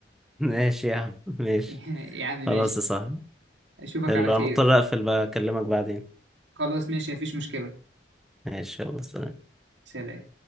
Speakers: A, in the centre; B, on the right (about 75°).
A: ماشي يا عم ماشي
B: <laughs> يا عم ماشي
A: خلاص يا صاحبي
B: اشوفك
A: يلا،
B: على خير
A: انا مضطر اقفل بقى اكلمك بعدين
B: خلاص ماشي مفيش مشكله
A: ماشي يلا سلام
B: سلام